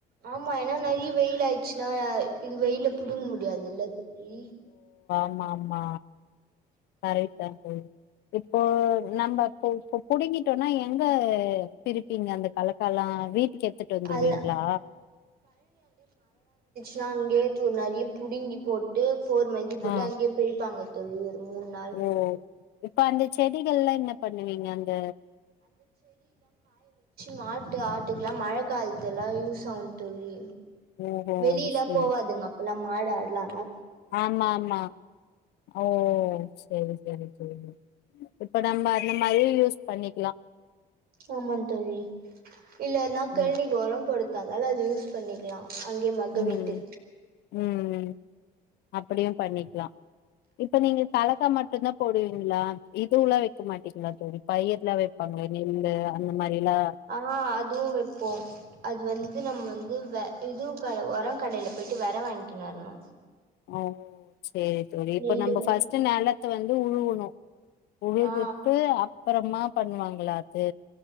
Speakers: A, on the right; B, on the left.
A: ஆமா ஏன்னா நறிய வெயில் ஆய்சுன்னா இது வெயில புடுங்க முடியாது இல்ல தோழி
B: மாமா கரெக்ட் தா தோழி இப்போ நம்ம இப்ப புடிங்கிட்டோனா எங்க பிரிப்பீங்க அந்த கலக்கால வீட்டுக்கு எடுத்துட்டு வந்துருவீங்களா
A: அல்ல நா அங்கேயே டு நறிய புடுங்கி போட்டு போர்மை போட்டு
B: ஆ
A: அங்கே பிரிபாங்க <unintelligible> மூண் நாள்
B: ஓ இப்ப அந்த செடிகள்லா என்ன பண்ணுவீங்க அந்த
A: மாட் ஆட்டுக்லா மழ காலத்துல யூஸ் ஆகு தோழி
B: ஓஹோ
A: வெளிலா
B: சரி
A: போவாதுங்க அப்பல்லா மாடு ஆடுல்லா
B: ஆமா ஆமா ஓ செரி செரி தோழி இப்ப நம்ம அந்த மாரி யூஸ் பண்ணிக்கலா
A: ஆமா தோழி இல்ல நா கழ்ணிக்கு
B: ம்
A: உரம் போட கா அத யூஸ் பண்ணிக்கலா அங்கயே மக
B: உம்
A: வீட்டு
B: உம் அப்படியு பண்ணிக்கலா இப்ப நீங்க கலக்கா மட்டுதா போடுவீங்களா இதுல்லா வைக்க மாட்டீங்களா தோழி பயிர்லா வைப்பாங்களே நெல்லு அந்த மாரிலா
A: ஆ அதுவு வைப்போ அது வந்து நம்ம வந்து இது க உரம் கடைல போயிட்டு வர வாங்கினுு வரணு
B: ஓ சரி தோழி இப்ப
A: நெல்லு
B: நம்ம
A: வெர
B: ஃபர்ஸ்ட் நிலத்த வந்து உழுவணு உழுதுட்டு
A: ஆ
B: அப் அப்பறமா பண்ணுவாங்களா அது